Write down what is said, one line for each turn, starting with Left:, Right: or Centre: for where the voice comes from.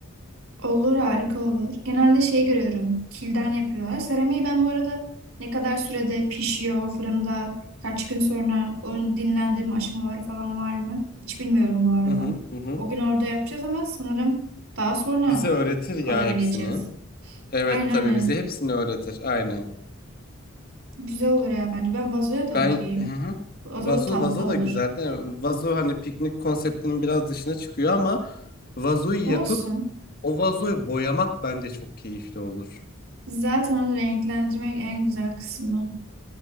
Right: Olur harika olur. Genelde şey görüyorum. Kilden yapıyorlar. Seramiği ben bu arada ne kadar sürede pişiyor fırında kaç gün sonra o dinlendirme aşamaları falan var mı? Hiç bilmiyorum bu arada.
Left: Hı hı hı. hı.
Right: O gün orada yapacağız ama sanırım daha sonra
Left: Bize öğretir ya
Right: alabileceğiz.
Left: hepsini. Evet
Right: Aynen aynen.
Left: tabii bize hepsini öğretir aynen.
Right: Güzel olur ya bence. Ben vazoya da
Left: Ben
Right: okeyim.
Left: hı hı.
Right: Vazo
Left: Vazo
Right: da tatlı
Left: vazo
Right: olur.
Left: da güzel değil mi? Vazo hani piknik konseptinin biraz dışına çıkıyor ama vazoyu
Right: Olsun.
Left: yapıp o vazoyu boyamak bence çok keyifli olur.
Right: Zaten onu renklendirmek en güzel kısmı.